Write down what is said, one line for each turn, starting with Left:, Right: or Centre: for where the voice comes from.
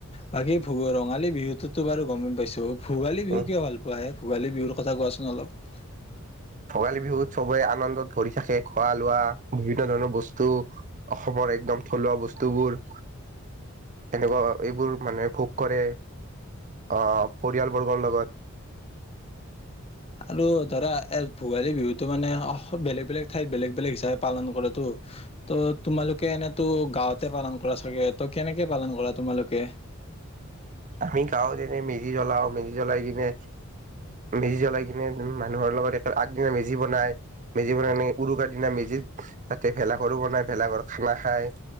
Left: বাকী ভ ৰঙালী বিহুটোতো বাৰু গমেই পাইছোঁ ভোগালী বিহু
Right: উম
Left: কিয় ভাল পোৱা আহে ভোগালী বিহুৰ কথা কোৱাচোন অলপ?
Right: ভোগালী বিহুত চবে আনন্দত ভৰি থাকে খোৱা লোৱা বিভিন্ন ধৰণৰ বস্তু অসমৰ একদম থলুৱা বস্তুবোৰ। এনেকুৱা এইবোৰ মানে ভোগ কৰে আহ পৰিয়াল বৰ্গৰ লগত
Left: আৰু ধৰা ভোগালী বিহুটো মানে বেলেগ বেলেগ ঠাইত বেলেগ বেলেগ হিচাপে পালন কৰেটো। ত' তোমালোকে এনেতো গাঁৱতে পালন কৰা চাগে ত' কেনেকে পালন কৰা তোমালোকে
Right: আমি গাঁওঁত এনে মেজি জ্বলাও মেজি জ্বলাই কিনে মেজি জ্বলাই কিনে মানুহৰ লগত এ আগদিনা মেজি বনাই মেজি বনায় কিনে উৰুকাৰ দিনা মেজিৰ তাতে ভেলাঘৰো বনাই ভেলাঘৰত খানা খায়